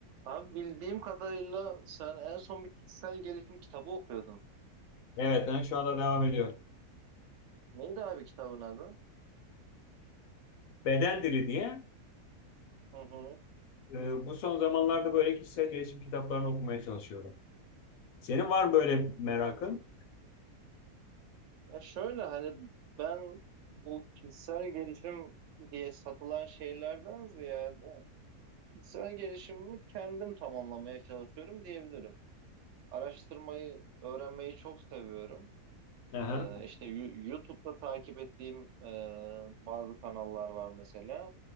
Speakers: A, on the right; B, on the left.
A: Abi bildiğim kadarıyla sen en son bir kişisel gelişim kitabı okuyordun.
B: Evet, yani şu anda devam ediyor.
A: Neydi abi kitabın adı?
B: Beden dili diye
A: Hı hı.
B: e, bu son zamanlarda böyle kişisel gelişim kitaplarını okumaya çalışıyorum. Senin var mı böyle
A: Hmm,
B: merakın?
A: anladım. Ya şöyle hani ben bu kişisel gelişim diye satılan şeylerden ziyade kişisel gelişimimi kendim tamamlamaya çalışıyorum diyebilirim. Araştırmayı, öğrenmeyi çok seviyorum.
B: Aha,
A: Ee, işte Yu- YouTube'da takip ettiğim e, bazı kanallar var mesela.